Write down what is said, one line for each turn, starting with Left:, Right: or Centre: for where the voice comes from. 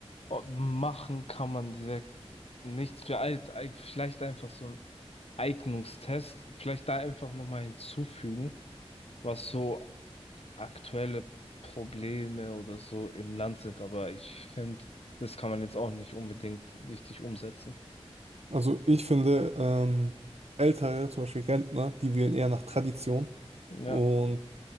Left: oh, machen kann man direkt nichts für alt, eig- vielleicht einfach so ein Eignungstest, vielleicht da einfach nochmal hinzufügen, was so aktuelle Probleme oder so im Land sind, aber ich finde, das kann man jetzt auch nicht unbedingt richtig umsetzen.
Right: Also ich finde, ähm, Ältere, zum Beispiel Rentner, die wählen eher nach Tradition
Left: Ja,
Right: und